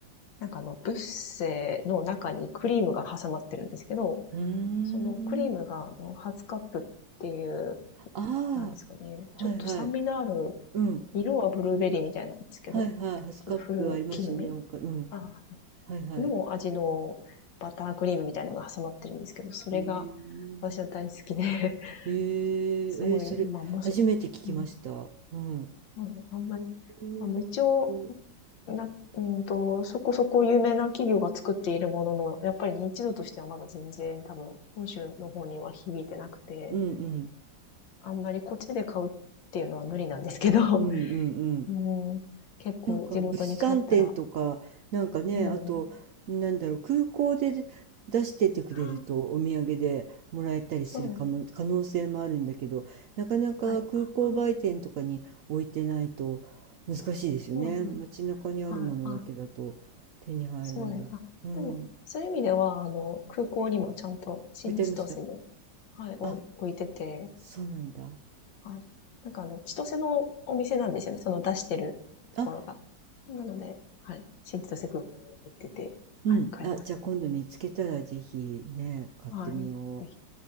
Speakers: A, on the left (about 80°); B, on the right (about 80°).
A: なんかあの、ブッセの中にクリームが挟まってるんですけど、
B: うーん。
A: そのクリームが、あの、ハスカップっていう、
B: あ
A: なんですかね、
B: あ、
A: ちょっと酸味のある、
B: はいはい。うん。
A: 色はブルーベリーみたいなんですけど、
B: はいはい。ハスカップありますよね、
A: ちょっと古き木の実
B: 他。うん。
A: あー
B: はいはい。
A: の味のバタークリームみたいなのが挟まってるんですけど、それが
B: へえー。
A: 私は大好きで、<laughs>
B: えーえーそれ、
A: すごい、まあ、もうそ、
B: 初めて聞きました。
A: うん、
B: うん。
A: そうね、あんまり、
B: えー、
A: あの、
B: 美味しそう。
A: 一応、な、うんと、そこそこ有名な企業が作っているものの、やっぱり認知度としてはまだ全然多分、本州の方には響いてなくて、
B: うんうん。
A: あんまりこっちで買うっていうのは無理なんですけど、
B: うんうんうん。
A: <laughs> うん、結構地元に帰ったら、
B: なんか物産展とか、なんかね、
A: うん、
B: あと、
A: あ
B: なんだろう、空港で出しててくれるとお土産でもらえたりするかも、
A: あ、そうで
B: 可能性もあるんだけど、なかなか空港売店とかに置いてないと難しいですよね。
A: はい。ああそうですね。
B: 街中にあるものだけだと手に入らない。
A: はい。あ、そうです。あ、
B: うん、
A: でも、
B: 置
A: そういう意味では、あの、空港にもちゃんと新千歳には、
B: いてありました。
A: はい、
B: あ、
A: お置いてて、
B: そうなんだ。
A: はい。なんかあの、千歳のお店なんですよね。その出してるところが。
B: あ、
A: なので、はい。新千歳空港にも入ってて、
B: うん。
A: はい、買えます。
B: あ、じゃあ今度見つけたらぜひね、買ってみよう。
A: はい。ぜひ。